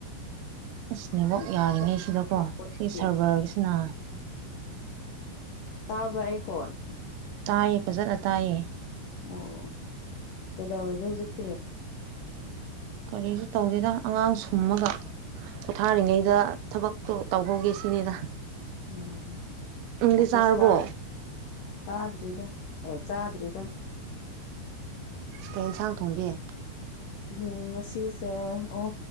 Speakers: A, on the right; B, on the left.
A: ꯑꯁ ꯅꯦꯋꯥꯛ
B: ꯔꯤꯖꯦꯛ
A: ꯌꯥꯔꯤꯉꯩꯁꯤꯗꯀꯣ
B: ꯑꯩꯗꯤ
A: ꯁꯤ ꯁꯔꯕꯔꯒꯤꯁꯤꯅ
B: ꯇꯥꯕ꯭ꯔꯥ ꯑꯩ ꯈꯣꯟ
A: ꯇꯥꯏꯌꯦ ꯐꯖꯅ ꯇꯥꯏꯌꯦ
B: ꯑꯣ ꯑꯣ ꯑꯣ ꯀꯩꯗꯧꯔꯤꯒꯦ ꯍꯧꯖꯤꯛꯇꯤ
A: ꯀꯔꯤꯁꯨ ꯇꯧꯗꯦꯗ ꯑꯉꯥꯡ ꯁꯨꯝꯃꯒ ꯄꯣꯊꯥꯔꯤꯉꯩꯗ ꯊꯕꯛꯇꯣ ꯇꯧꯍꯧꯒꯦ ꯁꯤꯅꯤꯗ꯫
B: ꯎꯝ
A: ꯅꯪꯗꯤ
B: ꯑꯣꯐꯤꯁ
A: ꯆꯥꯔꯕꯣ
B: ꯀꯥ ꯀꯥꯗ꯭ꯔꯤꯗ ꯑꯦ ꯆꯥꯗ꯭ꯔꯤꯗ꯫
A: ꯀꯩ ꯌꯦꯟꯁꯥꯡ ꯊꯣꯡꯒꯦ?
B: ꯎꯝ ꯉꯁꯤꯁꯦ ꯑꯣ